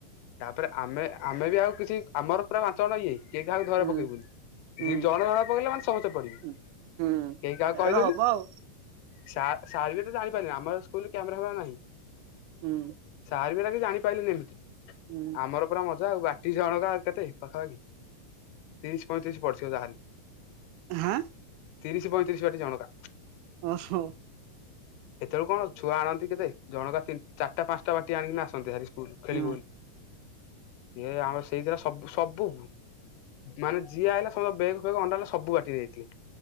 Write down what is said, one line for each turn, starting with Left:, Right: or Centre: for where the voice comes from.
Left: ତାପରେ ଆମେ ଆମେ ବି ଆଉ କିଛି ଆମର ପୁରା ପାଞ୍ଚ ଜଣ ଇଏ, କିଏ କାହାକୁ ଧରା
Right: ହୁଁ
Left: ପକେଇବୁନି।
Right: ହୁଁ
Left: ଯିଏ ଜଣେ ଧରା ପକେଇଲେ ମାନେ, ସମସ୍ତେ ପଡିବୁ।
Right: ହୁଁ ହୁଁ ହୁଁ
Left: କେହି କାହାକୁ
Right: ସେଇଟା
Left: କହିଲୁନୁ
Right: ତ ହବ ଆଉ
Left: ସାର୍ ସାର୍ ବି ତ ଜାଣିପାଇଲେନି। ଆମର ସ୍କୁଲ କ୍ୟାମେରା ଫ୍ୟାମେରା ନାହିଁ।
Right: ହୁଁ
Left: ସାର ବି ହେଇରା କି ଜାଣି ପାଇଲେନି ଏମିତି।
Right: ହୁଁ
Left: ଆମର ପୁରା ମଜା ଆଉ, ବାଟି ଜଣକା କେତେ ପାଖାପାଖି ତିରିଶ ପଇଁତିରିଶ ପଡିଥିବ ଯାହାହେଲେ,
Right: ହାଁ
Left: ତିରିଶ ପଇଁତିରିଶ ବାଟି ଜଣକା।
Right: ଓହୋ।
Left: ସେତବେଳକୁ କଣ ଛୁଆ ଆଣନ୍ତି କେତେ, ଜଣକା ଚାରିଟା ପାଞ୍ଚଟା ବାଟି ଆଣିକି ଆସନ୍ତି ହାରି। ସ୍କୁଲ୍ ଖେଳିବୁ
Right: ହୁଁ
Left: ବୋଲି। ଏ ଆମର ସେଇଦିନ ସବ-ସବୁ ମାନେ ଯିଏ ଆଇଲା ସବୁ ଯାକ ବେଗ ଫେଗ ଅଣ୍ଡାଳିଲୁ, ସବୁ ବାଟି ଦେଇଥିଲି।